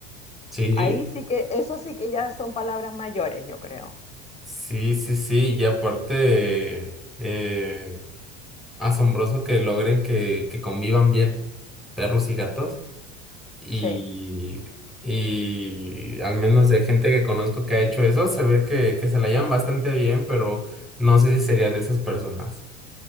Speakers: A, in the centre; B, on the left.
A: Sí,
B: Ahí sí que, eso sí que ya son palabras mayores, yo creo.
A: sí, sí, sí. Y aparte, eh, asombroso que logren que, que convivan bien perros y gatos. Y,
B: Sí.
A: y al menos de gente que conozco que ha hecho eso, se ve que, que se la llevan bastante bien, pero no sé si sería de esas personas.